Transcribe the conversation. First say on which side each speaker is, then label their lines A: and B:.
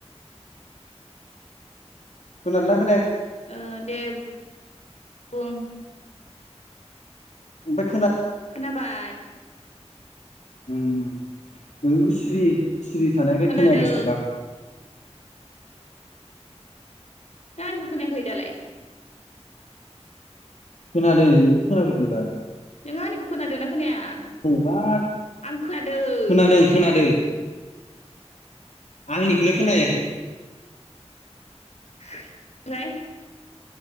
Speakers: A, on the left; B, on the left.
A: खोनादो ना
B: ओ दे बुं
A: ओमफा
B: खोनाबाय ।
A: नोंखौ सिरि सिरि थानायखाय
B: खोनादों
A: खोनायाखै सानदां । <inaudible>
B: ना आंनिखौ खोनायाखै दालाय?
A: खोनादों नोंनिखौ खोनाफैदों ।
B: नों आंनिखौ खोनादोंना खोनाया
A: मा
B: आं खोनादों
A: खोनादों
B: ।
A: खोनादों आंनिखौलाय खोनायाखै?
B: ए ओमफ्राय